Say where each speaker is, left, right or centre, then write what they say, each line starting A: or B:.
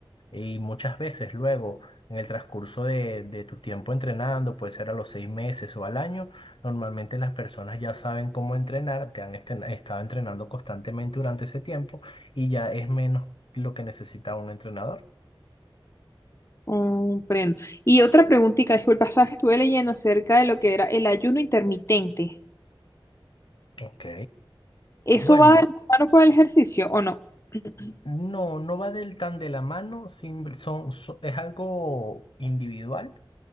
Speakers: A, on the left (about 65°); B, on the left (about 30°).
A: Y muchas veces luego, en el transcurso de, de tu tiempo entrenando, puede ser a los seis meses o al año, normalmente las personas ya saben cómo entrenar, que han esten- estado entrenando constantemente durante ese tiempo y ya es menos lo que necesita un entrenador.
B: Comprendo. Y otra preguntita, disculpa, sabes que estuve leyendo acerca de lo que era el ayuno intermitente.
A: Ok.
B: ¿Eso
A: Bueno,
B: va de la mano con el ejercicio o no? <clears throat>
A: no, no va del tan de la mano, simple- son, so- es algo individual.